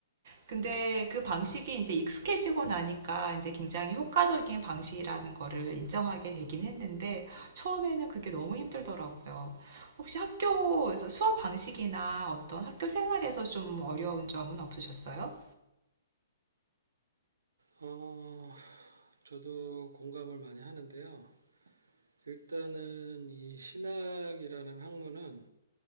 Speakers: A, on the right (about 55°); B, on the right (about 80°).
A: 근데 그 방식이 이제 익숙해지고 나니까 이제 굉장히 효과적인 방식이라는 거를 인정하게 되긴 했는데 처음에는 그게 너무 힘들더라고요. 혹시 학교에서 수업 방식이나 어떤 학교 생활에서 좀 어려운 점은 없으셨어요?
B: 어, 저도 공감을 많이 하는데요. 일단은 이 신학이라는 학문은